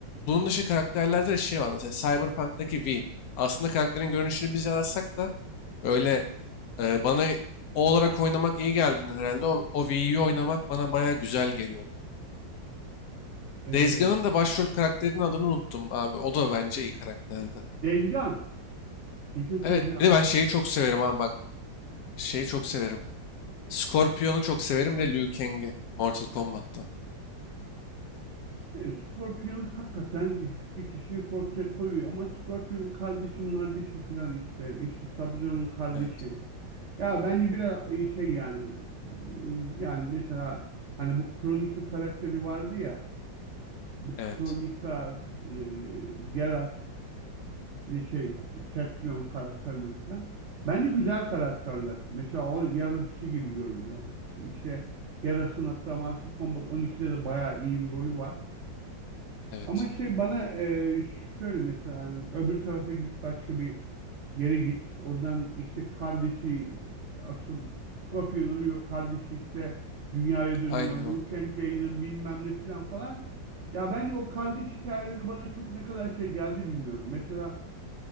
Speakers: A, on the left; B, on the right.
A: bunun dışı karakterlerde de şey var. Mesela Cyberpunk'taki V. Aslında karakterin görünüşünü biz yaratsak da böyle e, bana o olarak oynamak iyi geldi herhalde. O, o V'yi oynamak bana baya güzel geliyordu.
B: Ee,
A: Days Gone'ın da başrol karakterinin adını unuttum abi. O da bence iyi karakterdi.
B: Days Gone. Dickens
A: Evet.
B: and John.
A: Bir de ben şeyi çok severim abi bak. Şeyi çok severim. Scorpion'u çok severim. Bir de Liu Kang'i. Mortal Kombat'tan.
B: Ee, Scorpion hakikaten bir kişilik ortaya koyuyor ama Scorpion'un kardeşi kardeşi filan işte. İşte Sub-Zero'nun kardeşi.
A: Evet.
B: Ya bence biraz e, şey yani e, yani mesela hani bu Kronika karakteri vardı ya bir
A: Evet.
B: Kronika, e, Geralt, bir de şey Setlion karakterleri falan. Bence güzel karakterler. Mesela o yaratıcı gibi görünüyor. İşte Geras'ın hatta Mortal Kombat 12'de de bayağı iyi bir rolü var.
A: Evet.
B: Ama şey bana e, şöyle mesela hani öbür tarafa git başka bir yere git. Oradan işte kardeşi asıl Scorpion ölüyor. Kardeşi işte dünyaya dönüyor.
A: Aynen o.
B: Liu Kang Raiden bilmem ne filan falan. Ya bence o kardeş hikayeleri bana çok ne kadar şey geldi bilmiyorum. Mesela